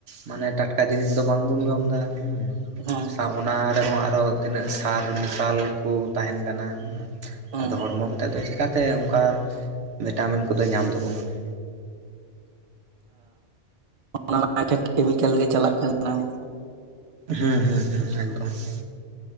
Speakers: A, on the right (about 70°); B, on the right (about 30°).
A: ᱢᱟᱱᱮ ᱴᱟᱴᱠᱟ ᱡᱤᱱᱤᱥ ᱫᱚ ᱵᱟᱝᱵᱚᱱ ᱡᱚᱢ ᱫᱟ ᱦᱩᱸ ᱾
B: ᱦᱩᱸ
A: ᱥᱟᱶ ᱚᱱᱟ ᱨᱮᱦᱚᱸ ᱟᱨᱚ ᱛᱤᱱᱟᱹᱜ ᱥᱟᱨ ᱢᱮᱥᱟᱞ ᱠᱩ ᱛᱟᱦᱮᱱ ᱠᱟᱱᱟ ᱦᱩᱸ ᱾
B: ᱦᱩᱸ
A: ᱟᱫᱚ ᱦᱚᱲᱢᱚ ᱠᱚᱛᱮᱫ ᱫᱚ ᱪᱤᱠᱟᱛᱮ ᱚᱝᱠᱟ ᱵᱷᱤᱴᱟᱢᱤᱱ ᱠᱚᱫᱚ ᱧᱟᱢ ᱛᱟᱵᱚᱱᱟ ᱾
B: ᱦᱚᱸ ᱚᱱᱟ ᱮᱠᱷᱮᱱ ᱠᱮᱢᱤᱠᱮᱞ ᱜᱮ ᱪᱟᱞᱟᱜ ᱠᱟᱱᱟ ᱾
A: ᱦᱮᱸ ᱦᱮᱸ ᱦᱮᱸ ᱮᱠᱫᱚᱢ ᱾